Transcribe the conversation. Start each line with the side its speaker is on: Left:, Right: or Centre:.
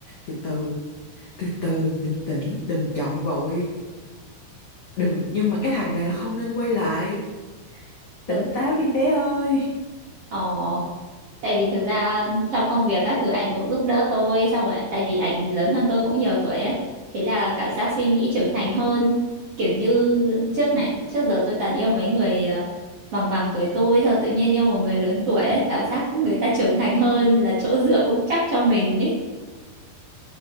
Left: từ từ từ từ bình tĩnh đừng chọn vội đừng nhưng mà cái thằng này là không nên quay lại
Right: Thực,
Left: tỉnh táo đi bé ơi
Right: ờ tại vì thực ra trong công việc các thứ ảnh cũng giúp đỡ tôi xong rồi tại vì ảnh lớn hơn tôi cũng nhiều tuổi ấy thế là cảm giác suy nghĩ trưởng thành hơn kiểu như trước này trước giờ tôi toàn yêu mấy người ờ, bằng bằng tuổi tôi sao tự nhiên yêu một người lớn tuổi ấy cảm giác người ta trưởng thành hơn là chỗ dựa vững chắc cho mình ấy